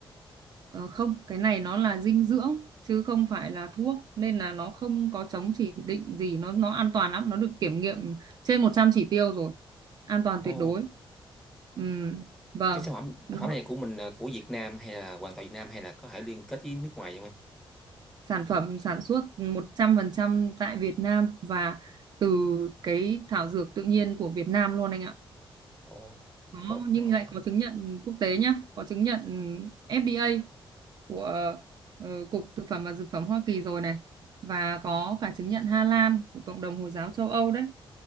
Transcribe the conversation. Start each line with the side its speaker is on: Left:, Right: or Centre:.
Right: Ờ, không, cái này nó là dinh dưỡng chứ không phải là thuốc nên là nó không có chống chỉ định gì, nó nó an toàn lắm, nó được kiểm nghiệm trên 100 chỉ tiêu rồi. An toàn
Centre: ồ
Right: tuyệt đối. Ừm, vâng.
Centre: cái sản phẩm
Right: Nó,
Centre: sản phẩm này của mình là của Việt Nam hay là hoàn toàn Việt Nam hay là có thể liên kết với nước ngoài vậy không em
Right: sản phẩm sản xuất 100% tại Việt Nam và từ cái thảo dược tự nhiên của Việt Nam luôn anh ạ.
Centre: ồ
Right: có
Centre: tốt
Right: nhưng
Centre: quá
Right: lại có chứng nhận quốc tế nhá có chứng nhận FDA của ờ, Cục Thực phẩm và Dược phẩm Hoa Kỳ rồi này và có cả chứng nhận Hà Lan của cộng đồng Hồi giáo châu Âu đấy